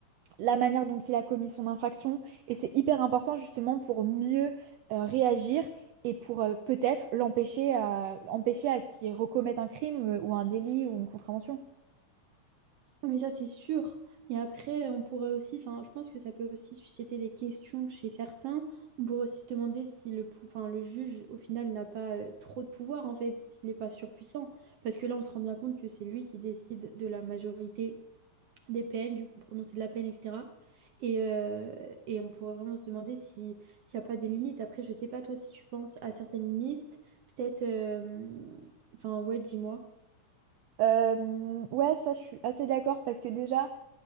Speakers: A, on the right; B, on the right.
A: la manière dont il a commis son infraction. Et c'est hyper important justement pour mieux euh, réagir et pour euh, peut-être l'empêcher à, empêcher à ce qu'il recommette un crime euh, ou un délit ou une contravention.
B: Ah, Mais ça, c'est sûr. Et après, on pourrait aussi, enfin, je pense que ça peut aussi susciter des questions chez certains. On pourrait aussi se demander si le, pou- enfin, le juge, au final, n'a pas euh, trop de pouvoir, en fait, s'il n'est pas surpuissant. Parce que là, on se rend bien compte que c'est lui qui décide de la majorité des peines, du prononcé de la peine, etc. Et, euh, et on pourrait vraiment se demander si, s'il n'y a pas des limites. Après, je sais pas, toi, si tu penses à certaines limites, peut-être, euh, enfin, ouais, dis-moi.
A: Euh, ouais, ça je suis assez d'accord parce que déjà,